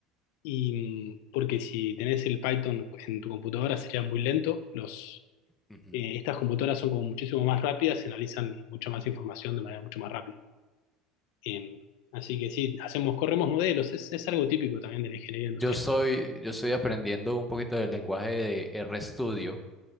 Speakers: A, on the left (about 75°); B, in the centre.
A: Y mm, porque si tenés el Python en tu computadora sería muy lento. Los,
B: Ujú.
A: eh, estas computadoras son como muchísimo más rápidas y analizan mucha más información de manera mucho más rápida. Eh, así que sí, hacemos, corremos modelos, es, es algo típico también de la ingeniería industrial.
B: Yo estoy, yo estoy aprendiendo un poquito del lenguaje de RStudio,